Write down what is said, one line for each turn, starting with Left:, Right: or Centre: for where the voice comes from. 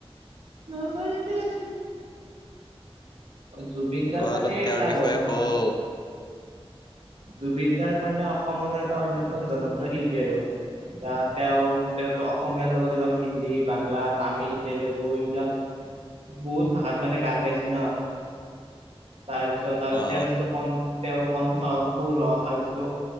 Right: নলবাৰীতে আছে অ জুবিন গাৰ্গ
Left: অ
Right: মানে
Left: অলপ তেওঁৰ
Right: চাৰো
Left: বিষয়ে
Right: মানে
Left: কও
Right: জুবিন গাৰ্গ মানে অসমৰ মানে এটা অন্যতম জনপ্ৰিয় শিল্পী আৰু তা তেওঁ তেওঁটো অসমীয়াৰ লগতে তেওঁ হিন্দী বাংলা তামিল তেলেগু এইবিলাক বহুত ভাষাত মানে গান গাইছে ন তাৰপিছত আৰু
Left: অ।
Right: তেওঁৰ যিটো কন্ঠ তেওঁৰ কণ্ঠ সুৰ হওক আৰু যিটো